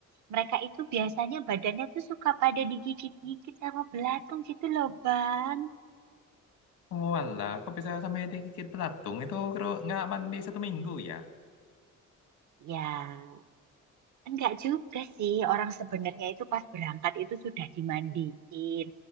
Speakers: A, on the right; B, on the left.
A: mereka itu biasanya badannya tuh suka pada digigit-gigit sama belatung gitu loh, Bang.
B: Walah, kok bisa sampai digigit belatung? Itu kru nggak mandi satu minggu ya?
A: Ya. Enggak juga sih, orang sebenarnya itu pas berangkat itu sudah dimandiin,